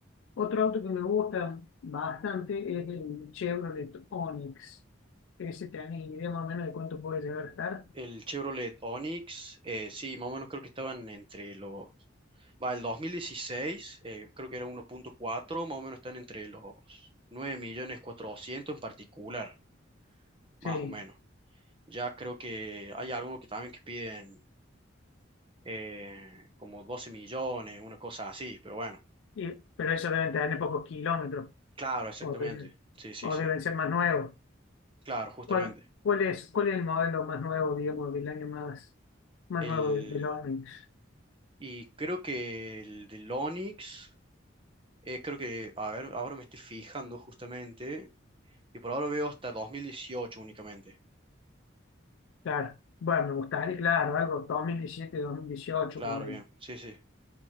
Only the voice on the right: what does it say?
El Chevrolet Onix, eh, sí, más o menos creo que estaban entre los... Va, el 2016, eh, creo que era 1.4, más o menos están entre los 9.400.000 en particular, más
o menos. Ya creo que hay algunos que también que piden eh, como 12 millones, una cosa así, pero bueno.
Claro, exactamente.
Sí, sí,
sí.
Claro, justamente.
El,
y creo que el del Onix, eh, creo que, a ver, ahora me estoy fijando justamente, y por ahora veo hasta 2018 únicamente.
Claro,
bien, sí, sí.